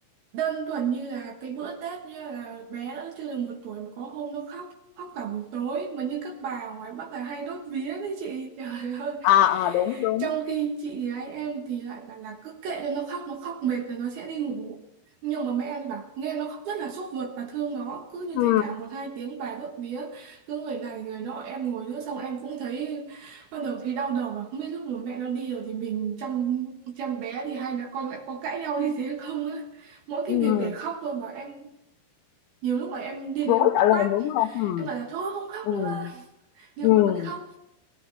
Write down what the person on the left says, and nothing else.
à à đúng đúng
ừ
ừ
rối
cả lên
đúng không ừ
ừ
ừ